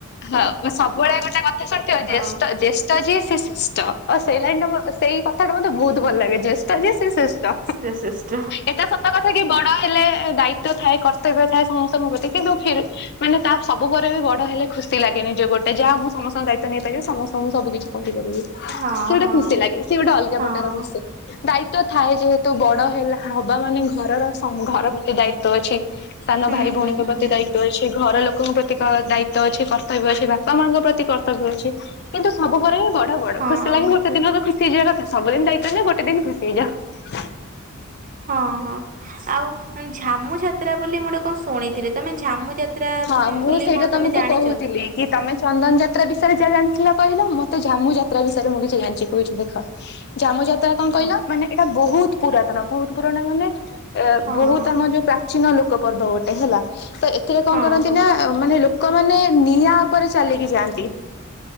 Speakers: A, on the left; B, on the right.
A: ହଁ ସବୁବେଳେ ଗୋଟେ କଥା ଶୁଣିଥିବ
B: ହଁ
A: ଜେଷ୍ଠ ଜେଷ୍ଠ ଯିଏ ସେ ଶ୍ରେଷ୍ଠ ସେଇ ଲାଇଟା ସେଇ କଥାଟା ମତେ ବହୁତ ଭଲ ଲାଗେ, ଜେଷ୍ଠ ଯେ ଶ୍ରେଷ୍ଠ
B: ଶ୍ରେଷ୍ଠ
A: ଏଟା <unintelligible> ସତ କଥାକି ବଡ ହେଲେ ଦାୟିତ୍ୱ ଥାଏ କର୍ତ୍ତବ୍ୟ ଥାଏ ସମସ୍ତଙ୍କ ପ୍ରତି କିନ୍ତୁ ଫେର୍ ମାନେ ତା ସବୁ ପରେ ବି ବଡ ହେଲେ ଖୁସି ଲାଗେ ନିଜେ ଗୋଟେ ଯାହା ମୁଁ ସମସ୍ତଙ୍କ ଦାୟିତ୍ୱ ନେଇପାରିବି, ସମସ୍ତଙ୍କୁ ସବୁ କିଛି କହି କରିପାରିବି।
B: ହଁ
A: ସେ ଗୋଟେ
B: ହଁ।
A: ଖୁସି ଲାଗେ ସିଏ ଗୋଟେ ଅଲଗା
B: ହଁ
A: ପ୍ରକାର ଖୁସି, ଦାଇ ତ୍ଵ ଥାଏ ଯେହେତୁ ବଡ ହେଲା ହବା ମାନେ ଘରର ଘର ପ୍ରତି ଦାୟିତ୍ଵ ଅଛି। ସାନ
B: ହୁଁ
A: ଭାଇ ଭଉଣୀଙ୍କ
B: ହୁଁ ହୁଁ
A: ପ୍ରତି
B: ହୁଁ
A: ଦାୟିତ୍ଵ ଅଛି, ଘର ଲୋକଙ୍କ ପ୍ରତି ଦାୟି <unintelligible> ଅଛି କର୍ତ୍ତବ୍ୟ ଅଛି ବାପା ମାଙ୍କ ପ୍ରତି କର୍ତ୍ତବ୍ୟ ଅଛି କିନ୍ତୁ <unintelligible> ବି ବଡ ବଡ
B: ହଁ
A: ଖୁସି ଲାଗି ଗୋଟେ ଦିନ <unintelligible> ସି ହେଇଯିବା କଥା ସବୁଦିନ ଦାୟିତ୍ୱ ନିଅ ଗୋଟେ ଦିନ ଖୁସି ହେଇଯାଅ।
B: ହଁ ହଁ ଆଉ ଝାମୁ ଯାତ୍ରା ବୋଲି ମୁଁ ଗୋଟେ କଣ ଶୁଣିଥିଲି ତମେ ଝାମୁ ଯାତ୍ରା
A: ହଁ ମୁଁ
B: ବୋଲି
A: ସେଇଟା
B: କଣ
A: ତମକୁ
B: ତମେ ଜାଣିଛ
A: କହୁଥିଲି କି ତମେ ଚନ୍ଦନ ଯାତ୍ରା ବିଷୟରେ ଯାହା ଜାଣିଥିଲ କହିଲ, ମତେ ଝାମୁ ଯାତ୍ରା ବିଷୟରେ ମୁଁ କିଛି ଜାଣିଛିି କହୁଛି ଦେଖ ଝାମୁ ଯାତ୍ରା କଣ କହିଲ
B: ହଁ
A: ମାନେ ଏଇଟା ବହୁତ ପୁରାତନ ବହୁତ ପୁରଣା ମାନେ ଏ
B: ହଁ
A: ବହୁତ
B: ହଁ
A: ଆମ ଯୋଉ ପ୍ରାଚୀନ ଲୋକ ପର୍ବ ଗୋଟେ ହେଲା, ତ ଏଥିରେ କଣ
B: ହଁ
A: କରନ୍ତି
B: ହଁ।
A: ନା ମାନେ ଲୋକମାନେ ନିଆଁ ଉପରେ ଚାଲିକି ଯାଆନ୍ତି,